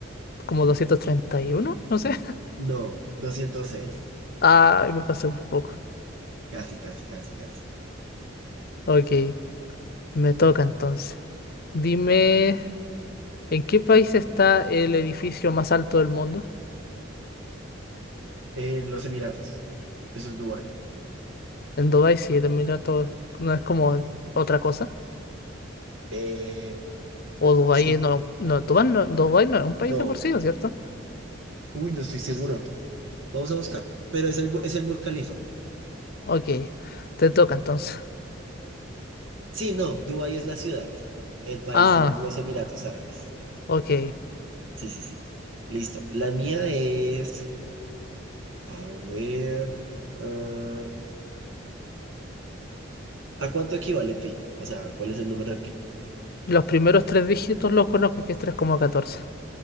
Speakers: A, on the left; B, on the right.
A: ¿Como doscientos treinta y uno, No sé. <laughs>
B: No, 206.
A: Ay, me pasé un poco.
B: Casi, casi, casi, casi.
A: Ok, me toca entonces. Dime, ¿en qué país está el edificio más alto del mundo?
B: En los Emiratos. Eso es Dubái.
A: En Dubái, sí, el Emirato no es como otra cosa.
B: Eh,
A: O Dubái
B: sí,
A: es- no, no, Dubái no, Dubái no es un país
B: no.
A: de por sí, ¿no es cierto?
B: Uy, no estoy seguro. Vamos a buscar. Pero es el, Bu- es el Burj Khalifa.
A: Ok, te toca entonces.
B: Sí, no, Dubái es la ciudad. El país
A: Ah,
B: son los Emiratos Árabes.
A: ok.
B: Sí, sí, sí. Listo. La mía es, a ver, ah, ¿a cuánto equivale pi? O sea, ¿cuál es el número de pi?
A: Los primeros tres dígitos los conozco, que es tres coma catorce.